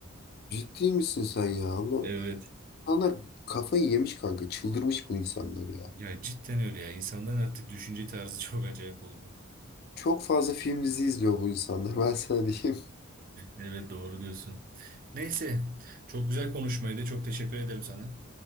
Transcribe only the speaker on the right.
Evet.
Ya cidden öyle ya. İnsanların artık düşünce tarzı <laughs> çok acayip oldu.
Evet doğru diyorsun. Neyse çok güzel konuşmaydı. Çok teşekkür ederim sana.